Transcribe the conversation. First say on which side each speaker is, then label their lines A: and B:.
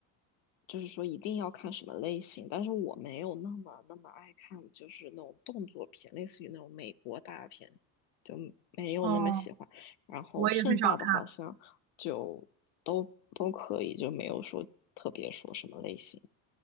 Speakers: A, on the left; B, on the right.
A: 就是说一定要看什么类型，但是我没有那么那么爱看，就是那种动作片，类似于那种美国大片，就没有那么喜欢。
B: 哦，
A: 然后剩下的好像就都都可以，
B: 我也很少看。
A: 就没有说特别说什么类型。